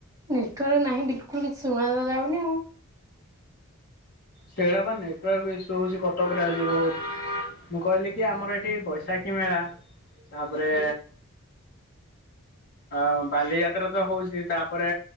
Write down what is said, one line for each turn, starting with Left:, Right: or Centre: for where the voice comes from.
Right: ନେଟୱାର୍କ ନାହିଁ ବିଲକୁଲ କିଛି ଶୁଣା ତ ଯାଉନି ଆଉ।
Left: ସେଟା ବା ନେଟୱାର୍କ ଇସୁ ହଉଛି କଟକ ରେ ଆଜିିବ ବହୁତ। ମୁଁ କହିଲି କି ଆମର ଏଠି ବୈଶାଖୀ ମେଳା ତାପରେ ଆ ବାଲିଯାତ୍ରା ତ ହଉଛି ତାପରେ